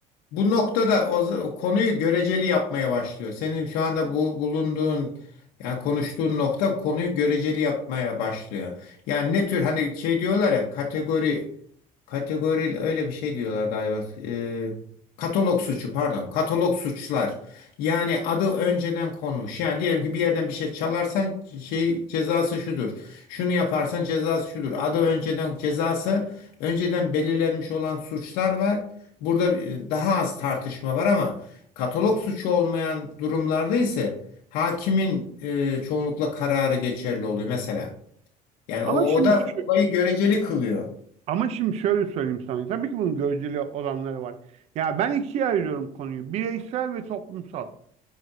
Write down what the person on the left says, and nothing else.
bu noktada o, z- o konuyu göreceli yapmaya başlıyor. Senin şu anda bu bulunduğun yani konuştuğun nokta konuyu göreceli yapmaya başlıyor. Yani ne tür hani şey diyorlar ya kategori kategori öyle bir şey diyorlar galiba. Ee, katalog suçu pardon katalog suçlar. Yani adı önceden konmuş. Yani diyelim ki bir yerden bir şey çalarsan şey cezası şudur. Şunu yaparsan cezası şudur. Adı önceden cezası önceden belirlenmiş olan suçlar var. Burada e, daha az tartışma var ama katalog suçu olmayan durumlarda ise hakimin e, çoğunlukla kararı geçerli oluyor mesela. Yani
o, o
da
olayı göreceli kılıyor.